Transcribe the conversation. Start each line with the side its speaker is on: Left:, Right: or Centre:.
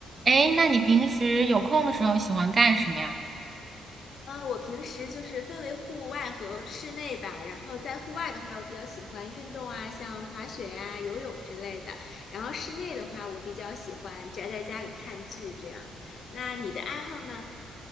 Right: 哎，那你平时有空的时候喜欢干什么呀？
Left: 呃，我平时就是分为户外和室内吧。然后在户外的话，我比较喜欢运动啊，像滑雪呀、游泳之类的。然后室内的话，我比较喜欢宅在家里看剧这样。那你的爱好呢？